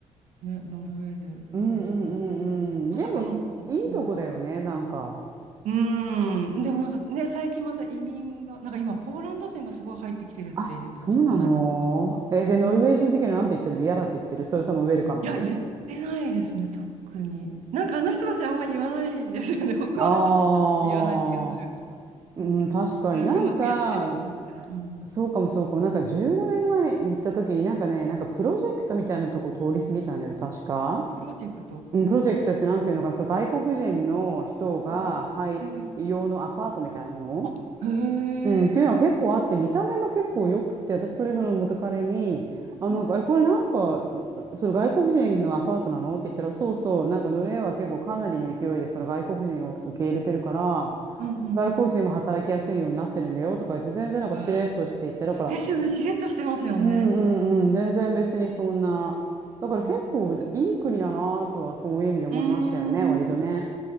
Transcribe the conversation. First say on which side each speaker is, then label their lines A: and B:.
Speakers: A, on the right; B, on the right.
A: ね、ノルウェーでバレリーナって、
B: うんうんうんうん。
A: まさかの方だった。
B: でもい、いいとこだよね、
A: うん
B: なんか。
A: うーん、でもなんかね、最近また移民が、なんか今、ポーランド人がすごい入ってきてるって言ってました、
B: あ、そうなのえ、
A: この間とか。
B: で、ノルウェー人的にはなんて言ってるの嫌だって言ってるそれともウェルカム
A: うん、いや、言ってないですね、特に。なんかあの人たちあんま言わないですよね、<laughs> 北欧の人って言わない気がする。
B: ああ、うん、
A: う
B: 確かになんか、
A: うん、うまくやってるよみたいな。
B: そ
A: うん、
B: そうかもそうかも。なんか15年前に行った時になんかね、なんかプロジェクトみたいなとこ通り過ぎたんだよ、確か。
A: プロジェクト、ほ
B: うん、プロジェクトってなんていうのか、そう、外国人の人が、
A: う。
B: はい、
A: あ、ええ
B: 用のアパートみたいなの
A: あ、へえ。
B: うん、っていうのは結構あって、見た目も結構良くて、私それその元彼に、あの、
A: うん
B: え、これなんか、その外国人のアパートなのって言ったら、そうそう、なんかノルウェーは結構かなりの勢いでその外国人を受け入れてるから、
A: うんうんうんうん
B: 外国人も働きやすいようになってるんだよとか言って、全然なんかしれっとして言って、
A: うん、
B: だから、
A: ですよね。しれっとしてますよね。
B: うんうんうん、全然別にそんな。だから結構いい国だなとはそういう意味で思いましたよね、
A: うん。うーん
B: 割とね。